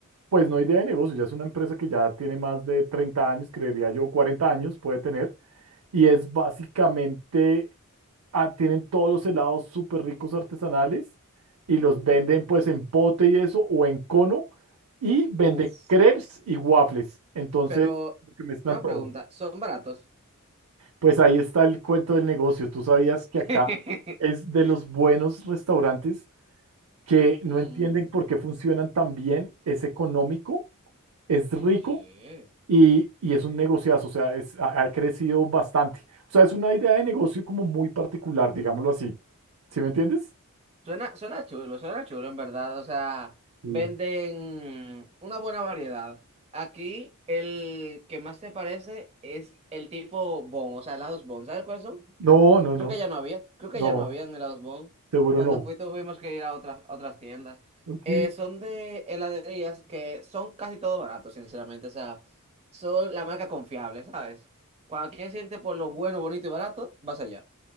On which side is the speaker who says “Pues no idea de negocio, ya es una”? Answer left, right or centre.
Right